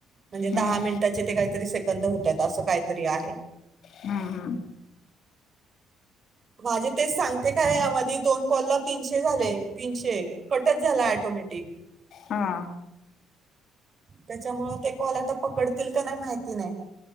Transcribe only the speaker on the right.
म्हणजे
दहा मिनिटाचे ते काहीतरी से बंद होतायत, असं काहीतरी आहे.
माझे तेच, सांगते काय, यामधे दोन कॉलला तीनशे झाले, तीनशे कटचं झाला ऑटोमॅटिक.
त्याच्यामुळं ते कॉल आता पकडतील का नाय माहिती नाय.